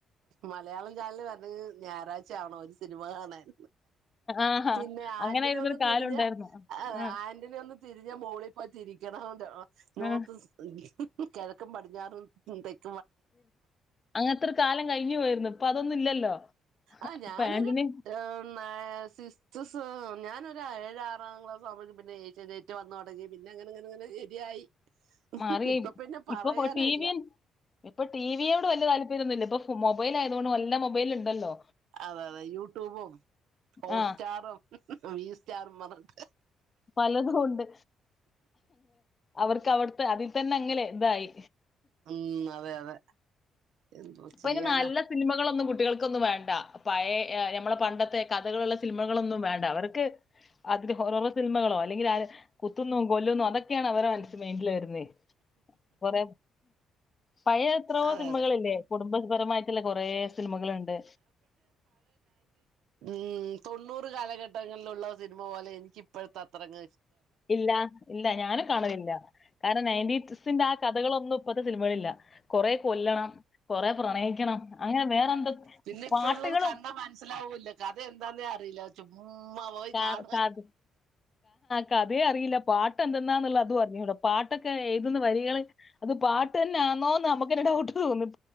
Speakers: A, on the right; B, on the left.
A: മലയാളം ചാനല് വരണത് ഞായറാഴ്ച ആവണം ഒരു സിനിമ കാണാൻ.
B: ആഹാ
A: പിന്നെ ആന്റിന
B: അങ്ങനെയായിരുന്നൊരു
A: ഒന്ന്
B: കാലം
A: തിരിഞ്ഞ
B: ഉണ്ടായിരുന്നു. ആ
A: ആൻ്റിന ഒന്ന് തിരിഞ്ഞ മോളി പോയി തിരി കാണ്ട് <unintelligible> നോർത്ത്
B: ആ
A: സ് ക്കതെ പടിഞ്ഞാറോട്ടും തെക്കും
B: അങ്ങനത്തെ ഒരു കാലം കഴിഞ്ഞു പോയിരുന്നു. ഇപ്പൊ അതൊന്നും ഇല്ലല്ലോ.
A: ആ ഞാനൊരു
B: പാന്റിന്
A: നയ സിക്സ്ത് ഞാനൊ ഒരു ഏഴ് ആറാം ക്ലാസ് ആവുമ്പ പിന്നെ നെറ്റ് വന്നു തുടങ്ങി പിന്നെ അങ്ങനെങ്ങനെങ്ങെ ശരിയായി.
B: മാറിയ
A: ഇപ്പൊ പിന്നെ പറയാനില്ല
B: ഇപ്പൊ പൊ ടിവി ഇപ്പൊ ടിവിയോട് വലിയ താല്പര്യന്നുല്ല. ഇപ്പൊ മൊബൈൽ ആയതുകൊണ്ട് എല്ലാം മൊബൈൽണ്ടല്ലോ.
A: അതെ അതെ യൂട്യൂബും ഹോട്ട്സ്റ്റാറും
B: ആ
A: വീസ്റ്ററും പറഞ്ഞ്
B: പലതൊണ്ട് അവർക്കവിടുത്തെ അതി തന്ന അങ്ങനെ ഇതായി
A: ഉം അതെ അതെ എന്തോ
B: അപ്പൊ
A: ചെയ്യാന
B: ഇന് നല്ല സിനിമകളൊന്നും ക് കുട്ടികൾക്കൊന്നും വേണ്ട പഴേ ഞമ്മളെ പണ്ടത്തെ കഥകളുള്ള സിനിമകളൊന്നും വേണ്ട അവർക്ക് അതില് ഹോററ് സിനമകള അല്ലെങ്കിലാര് കുതുന്നോ കൊല്ലുന്നു അതൊക്കെയാണ് അവര മനസ വരുനേ കൊറെ പഴയ എത്രോ
A: അതെ
B: സിനിമകളല്ലേ കുടുംബപരമായിട്ടുള്ള കൊറേ സിനിമകൾണ്ട്.
A: മ്മ് തൊണ്ണൂറ് കാലഘട്ടങ്ങളിലുള്ള സിനിമ പോലെ എനിക്ക് ഇപ്പോഴത്ത അത്രയങ്ങ്
B: ഇല്ല ഇല്ല ഞാനും കാണലില്ല. കാരണം നയന്റ്റസിന്റെ ആ കഥകള് ഒന്നും ഇപ്പത്തെ സിനിമകളിലില്ല കൊറെ കൊല്ലണം കൊറെ പ്രണയിക്കണം അങ്ങനെ വേറെന്തൊ
A: പിന്നെ ഇപ്പ
B: പാട്ടുകളും
A: ഉള്ളത് കണ്ടാ മനസ്സിലാവൂല്ല കഥ എന്താന്നേ അറിയില്ല ചുമ്മാ പോയി
B: <unintelligible>
A: കാണുക
B: കഥയും അറിയില്ല പാട്ട് എന്ത്ന്നാന്നുള്ളത് അതും അറിഞ്ഞൂടാ പാട്ടൊക്കെ എഴുതുന്ന വരികള് അത് പാട്ട് തന്നാണോന്ന് നമുക്കൊരു ഡൗട്ട് തോന്നും